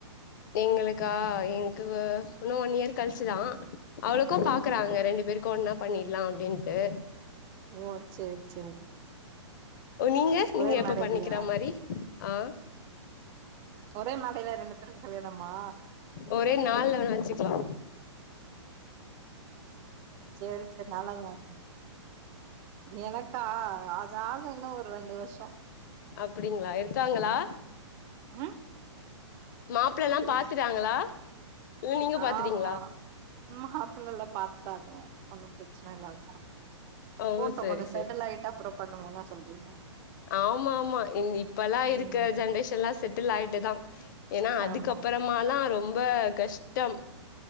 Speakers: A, on the left (about 40°); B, on the right (about 20°).
A: எங்களுக்கா எங்களுக்கு இன்னு ஒன் இயர் கழிச்சுதா அவளுக்கோ பாக்குறாங்க ரெண்டு பேருக்கு ஒன்னா பண்ணிடலா அப்டிண்ட்டு
B: ஓ சேரி சேரி
A: ஓ நீங்க நீங்க
B: ஒரே
A: எப்ப
B: மேடைலயா
A: பண்ணிக்கிற மாரி ஆ
B: ஒரே மேடையில ரெண்டு பேருக்கு கல்யாணமா
A: ஒரே நாள்ல வேணா வச்சுக்குலா
B: சேரி சேரி நல்லா தா இருக்கு <unintelligible> எனக்கா அது ஆகு இன்னு ஒரு ரெண்டு வருஷ்
A: அப்டிங்களா இருக்காங்களா
B: ம்
A: மாப்பள்ளல்லா
B: புரியுது
A: பாத்துட்டாங்களா இல்ல நீங்க பாத்துட்டீங்களா
B: ஆமா மாப்புள்ளல்லா பாத்துட்டாங்க ஒன்னும் ப்ரச்சன இல்ல தா
A: ஓ
B: போட்டு
A: சரி
B: கொஞ்சோ செட்டில்
A: சரி
B: ஆயிட்டு அப்றோ பண்ணுவோனா சொல்றீங்க
A: ஆமா ஆமா இங் இப்ப எல்லா இருக்கற
B: ம்
A: ஜென்ரேஷன்ல்லா செட்டில் ஆயிட்டுதா ஏன்னா அதுக்குப்புறமால்லா
B: ஆமா
A: ரொம்ப கஷ்டம்